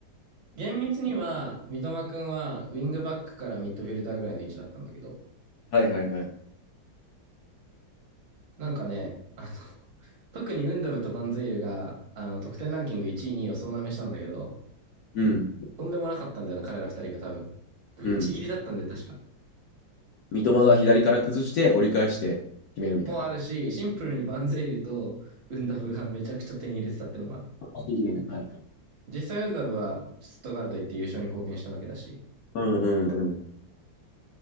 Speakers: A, on the right (about 70°); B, on the left (about 70°).
A: 厳密には、三笘くんはウィングバックからミッドフィルダーぐらいの位置だったんだけど、
B: はいはいはい。
A: なんかね、あの、<laughs> 特にウンダブとバンゼイルが、あの、得点ランキング1位、2位を総なめしたんだけど、
B: うん、
A: とんでもなかったんだよな、彼ら2人が多分。ぶっちぎりだったんだよ、
B: うん。
A: 確か。
B: 三笘が左から崩して折り返して決めるみたいな。
A: もうあるし、シンプルにバンゼイルとウンダブがめちゃくちゃ点入れてたってのもある。
B: 個人的でね。はい。
A: 実際ウンダブはシュットガルト行って優勝に貢献したわけだし、
B: うんうんうん。